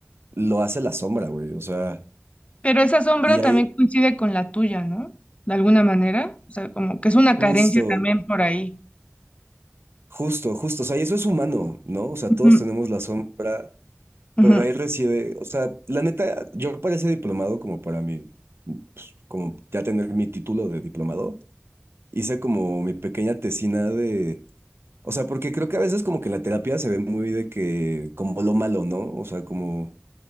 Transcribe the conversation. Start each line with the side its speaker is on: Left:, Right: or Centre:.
Right: lo hace la sombra, güey. O sea,
Left: Pero esa sombra
Right: y ahí
Left: también coincide con la tuya, ¿no? De alguna manera. O sea, como que es una
Right: justo,
Left: carencia también por ahí.
Right: justo, justo. O sea, y eso es humano, ¿no? O sea,
Left: Ujú,
Right: todos tenemos la sombra,
Left: ujú.
Right: pero ahí reside. O sea, la neta, yo para ese diplomado, como para mí, pues, como ya tener mi título de diplomado, hice como mi pequeña tesina de. O sea, porque creo que a veces como que la terapia se ve muy de que, como lo malo, ¿no? O sea, como,